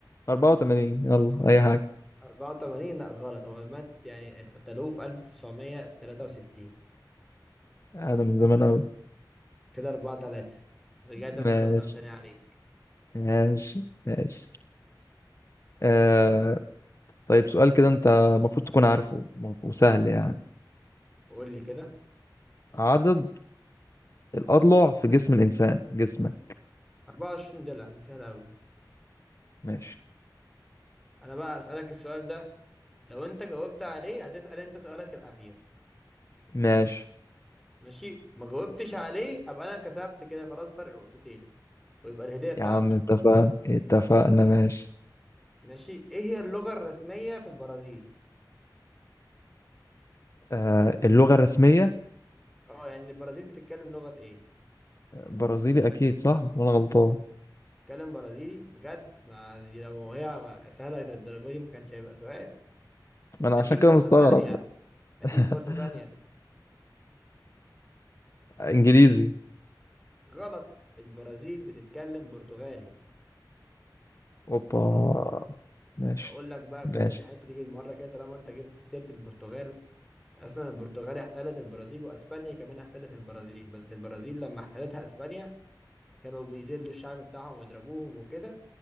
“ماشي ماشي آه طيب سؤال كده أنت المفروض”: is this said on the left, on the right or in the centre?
Left